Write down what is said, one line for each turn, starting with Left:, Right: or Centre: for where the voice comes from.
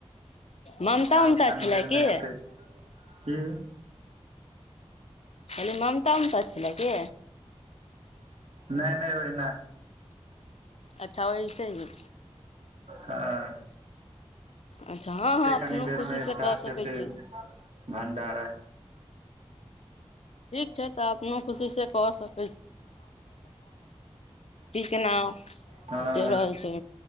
Left: ममता
Right: आब
Left: उमता
Right: कनी
Left: छलै
Right: देरमे
Left: की
Right: हेतै की
Left: कहली मनता उमता छलै की
Right: नहि नहि ओहिना
Left: अच्छा ओइसे ही
Right: हँ
Left: अच्छा हँ हँ
Right: कनि
Left: अपनो
Right: देर
Left: खुशी
Right: मे स्टार्ट
Left: से कऽ सकै
Right: हेतै
Left: छी
Right: भंडारा
Left: ठीक छै तऽ अपनो खुशी से कऽ सक की केना
Right: हॅं
Left: चलि रहल छै